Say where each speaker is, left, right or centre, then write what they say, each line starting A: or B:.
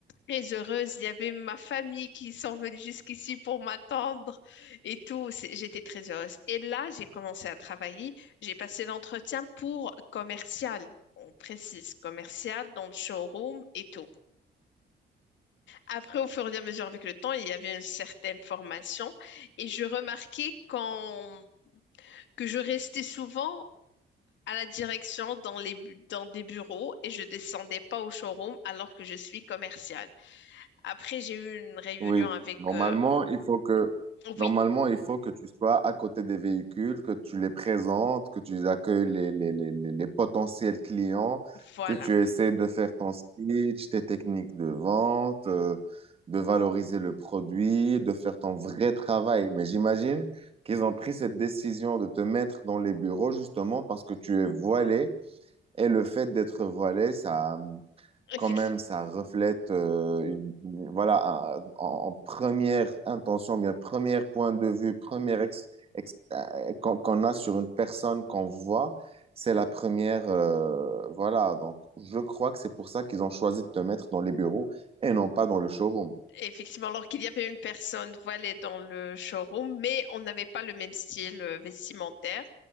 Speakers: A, on the left; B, on the right.
A: très heureuse. Il y avait ma famille qui sont venus jusqu'ici pour m'attendre et tout. C'est- J'étais très heureuse. Et là, j'ai commencé à travailler. J'ai passé l'entretien pour commercial. On précise commercial dans le showroom et tout. Après, au fur et à mesure avec le temps, il y avait une certaine formation et je remarquais quand que je restais souvent à la direction dans les bu- dans des bureaux et je descendais pas au showroom alors que je suis commerciale. Après, j'ai eu une réunion
B: Oui,
A: avec
B: normalement,
A: euh,
B: il faut que, normalement,
A: Oui,
B: il faut que tu sois à côté des véhicules, que tu les présentes, que tu accueilles les, les, les, les- les potentiels clients,
A: voilà.
B: que tu essaies de faire ton speech, tes techniques de vente, euh, de valoriser le produit, de faire ton vrai travail. Mais j'imagine qu'ils ont pris cette décision de te mettre dans les bureaux justement parce que tu es voilé et le fait d'être voilé, ça,
A: Effec-
B: quand même, ça reflète, euh, une- une- voilà, un- en, en première intention, bien, premier point de vue, première ex- ex- euh, qu'on qu'on a sur une personne qu'on voit, c'est la première, euh, voilà. Donc, je crois que c'est pour ça qu'ils ont choisi de te mettre dans les bureaux et non pas dans le showroom.
A: Effectivement, alors qu'il y avait une personne voilée dans le showroom, mais on n'avait pas le même style euh, vestimentaire.